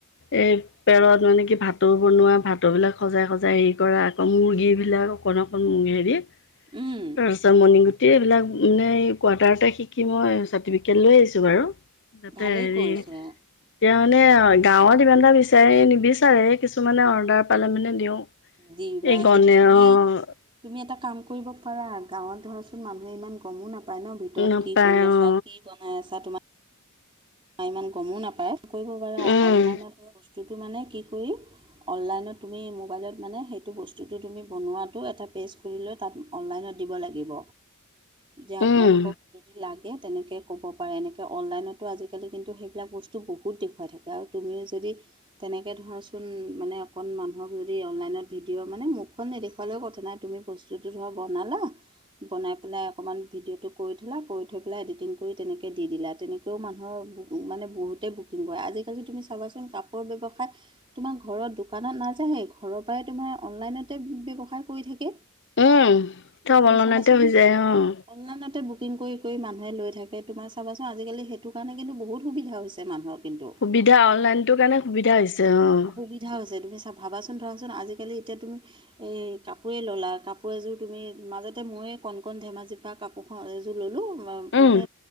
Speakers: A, on the left; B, on the right.
A: এই। পেৰত মানে কি ভাটৌ বনোৱা, ভাটৌ বিলাক সজাই সজাই হেৰি কৰা, আকৌ মুৰ্গী বিলাক অকণ অক কণ হেৰি
B: উম
A: তাৰপাছত মণি গুটি এইবিলাক মানে কোৱাৰ্টাৰতে শিকি মই চাৰ্টিফিকেট লৈ আহিছোঁ বাৰু, তাতে
B: ভালেই
A: হেৰি
B: কৰিছে
A: তেতিয়া মানে গাঁৱত ইমান এটা বিচাৰি নিবিচাৰে, কিছুমানে অৰ্ডাৰ পালে মানে দিওঁ।
B: দিবা
A: <unintelligible>
B: সেইটো তুমি তুমি এটা কাম কৰিব পাৰা, গাঁৱত ধৰাচোন মানুহে ইমান গমো না পাই ন, ভিতৰত
A: নাপায়
B: কি কৰি আছা
A: অ
B: কি বনাই আছা তোমাৰ ইমান গমো নাপায় কৰিব পাৰা,
A: উম
B: অনলাইনত বস্তুটো মানে কি কৰি অনলাইনত তুমি মোবাইলত মানে সেইটো বস্তুটো তুমি বনোৱাটো এটা পেজ খুলিলৈ তাত অনলাইনত দিব লাগিব। যে আপোনালোকক
A: উম
B: যদি লাগে, তেনেকে ক'ব পাৰে। এনেকৈ অনলাইনটো আজিকালি আজিকালি কিন্তু সেইবিলাক বস্তু বহুত দেখুৱাই থাকে আৰু তুমিও যদি তেনেকৈ ধৰাচোন মানে অকণ মানুহক যদি অনলাইনত ভিডিঅ' মানে মুখখন নেদখুৱালেও কথা নাই তুমি ব স্তুটো ধৰা বনালা। বনাই পেলাই অকণমান ভিডিঅ'টো কৰি থোলা কৰি থৈ পেলাই এডিটিং কৰি তেনেকৈ দি দিলা তেনেকৈও মানুহক বুক মানে বহুতেই বুকিং কৰে। আজিকালি তুমি চাবাচোন কাপোৰ ব্যৱসায় তোমাৰ ঘৰৰ দোকানত নাযায়া ঘৰৰ পৰাই তোমাৰ অনলাইনতে ব্যৱসায় কৰি থাকে।
A: উম, চব
B: তুমি
A: অনলাইনতে
B: চাবাচোন
A: হৈ যায় উম।
B: অনলাইনতে বুকিং কৰি কৰি মানুহে লৈ থাকে, তোমা চাবাচোন আজিকালি সেইটো কাৰণে কিন্তু বহুত সুবিধা হৈছে মানুহৰ কিন্তু
A: সুবিধা অনলাইনটোৰ কাৰণে সুবিধা হৈছে উম।
B: সুবিধা হৈছে তুমি চা ভাবাচোন, ধৰাচোন, আজিকালি এতিয়া তুমি এই কাপোৰেই ল'লা, কাপোৰ এযোৰ তুমি মাজতে ময়েই কণ কণ ধেমাজি বা কাপোৰখন এযোৰ ল'লো, ম
A: উম
B: মানে